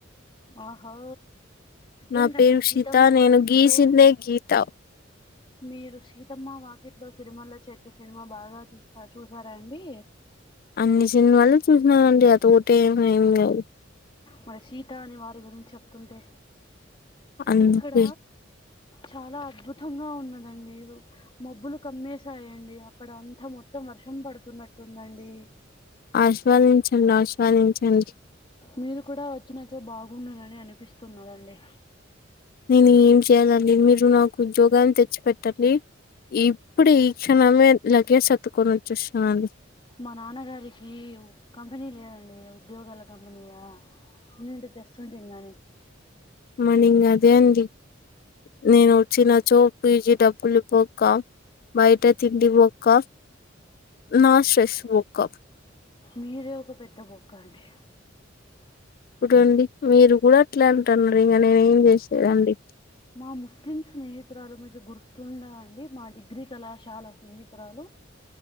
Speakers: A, on the left; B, on the left.
A: ఆహో
B: నా
A: ఏంటండి
B: పేరు
A: సీతమ్మ
B: సీత
A: వాకిట్లో
B: నేను గీసిందే గీత
A: మీరు సీతమ్మ వాకిట్లో సినిమాల్లో చెట్టు సినిమా బాగా చూసా చూసారాండి
B: అన్ని సినిమాళు చూసినారండి అ తోటే ఏ ఏమి లేదు
A: మరి సీత అని వారి గురించి చెప్తుంటే
B: అందుకే
A: ఇక్కడ చాలా అద్భుతంగా ఉన్నదండి మబ్బులు కమ్మేసాయండి అక్కడ అంతా మొత్తం వర్షం పడుతున్నట్టుందండి
B: ఆస్వాదించండి ఆస్వాదించండి
A: మీరు కూడా వచ్చినచో బాగుండనని అనిపిస్తున్నాదండి
B: నేను ఏం చేయ్యాలండి మీరు నాకు ఉద్యోగాన్ని తెచ్చి పెట్టండిఇప్ ఇప్పుడు ఈ క్షణమే లగేజ్ సర్దుకొని వచ్చేస్తనాండి
A: మా నాన్నగారికి కంపెనీ లేదండి ఉద్యోగాల కంపెనీయా ఉండుంటే తెస్తుంటూ కాని
B: మనింగ్ అదే అండి నేను వచ్చినచో పీజీ డబ్బులు బొక్క బయట తిండి బొక్క నా స్ట్రెస్ బొక్క
A: మీరే ఒక పెద్ద బొక్కండి
B: ఇప్పుడండి మీరు కూడా అట్లా అంటున్నారు ఇంకా నేను ఏం చేసేదండి
A: మా ముస్లిం స్నేహితురాలు మీద గుర్తుందాండి మా డిగ్రీ కళాశాల స్నేహితురాలు